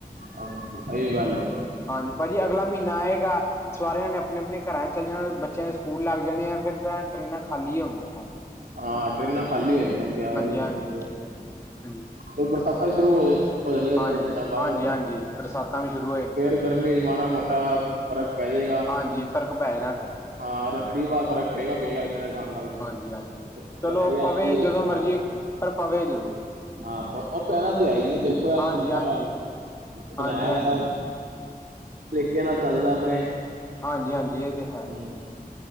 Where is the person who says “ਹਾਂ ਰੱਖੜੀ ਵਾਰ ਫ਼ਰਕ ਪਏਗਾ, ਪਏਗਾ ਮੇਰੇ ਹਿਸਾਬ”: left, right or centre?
Right